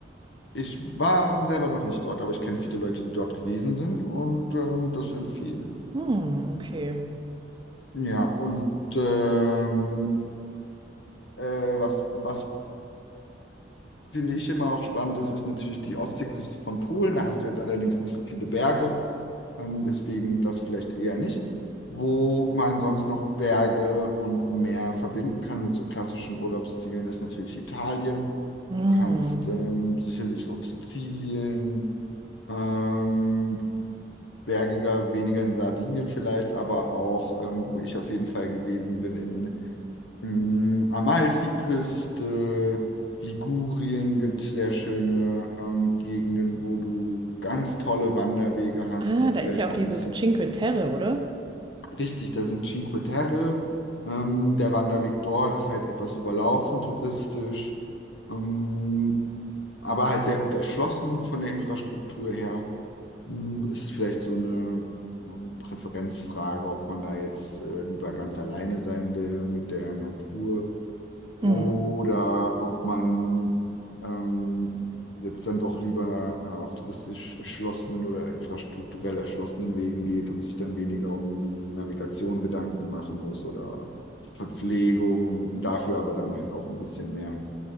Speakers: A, on the left; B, on the right.
A: ich war selber noch nicht dort, aber ich kenne viele Leute, die dort gewesen sind und ähm, das empfehlen.
B: Hm, okay.
A: Ja, und ähm, äh, was, was finde ich immer auch spannend ist, ist natürlich die Ostseeküste von Polen. Da hast du jetzt allerdings nicht so viele Berge, ähm, deswegen das vielleicht eher nicht. Wo man sonst noch Berge und Meer verbinden kann mit so klassischen Urlaubszielen, ist natürlich Italien.
B: Hm.
A: Du kannst ähm, sicherlich auf Sizilien, ähm, bergiger, weniger in Sardinien vielleicht, aber auch, ähm, wo ich auf jeden Fall gewesen bin, in Mm, Amalfiküste, Ligurien gibt es sehr schöne ähm, Gegenden, wo du ganz tolle Wanderwege hast,
B: Ah,
A: die vielleicht
B: da ist ja auch
A: auch
B: dieses
A: ein bisschen
B: Cinque Terre, oder?
A: richtig, da sind Cinque Terre. Ähm, der Wanderweg dort ist halt etwas überlaufen, touristisch, ähm, aber halt sehr gut erschlossen von der Infrastruktur her. Mm, Ist vielleicht so eine ähm, Präferenzfrage, ob man da jetzt äh, lieber ganz alleine sein will mit der Natur
B: Hm.
A: oder ob man ähm, jetzt dann doch lieber äh, auf touristisch erschlossenen oder infrastrukturell erschlossenen Wegen geht und sich dann weniger um die Navigation Gedanken machen muss oder die Verpflegung, dafür aber dann halt auch ein bisschen mehr